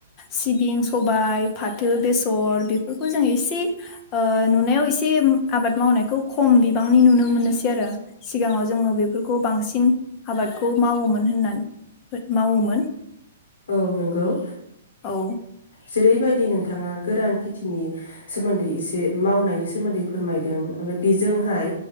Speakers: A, on the left; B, on the left.
A: सिबिं सबाय फाथो बेसर बेफोर खौ जों एसे ओ नुनायाव एसे आबाद मावनायखौ खम बिबांनि नुनो मोननोसै आरो सिगाङाव जोङो बेफोरखौ बांसिन आबादखौ मावोमोन होनना मावोमोन
B: औ नंगौ ओ
A: औ
B: जेरैबायदि नोंथाङा गोरान खेथिनि सोमोन्दै एसे मावनायनि सोमोन्दै फोरमायदों ओमफ्राय बेजोंहाय